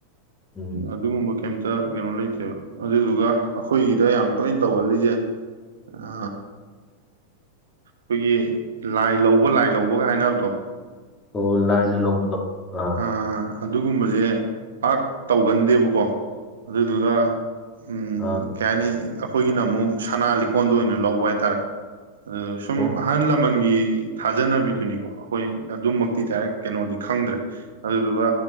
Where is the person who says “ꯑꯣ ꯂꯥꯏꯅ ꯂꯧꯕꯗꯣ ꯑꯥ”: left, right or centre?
Left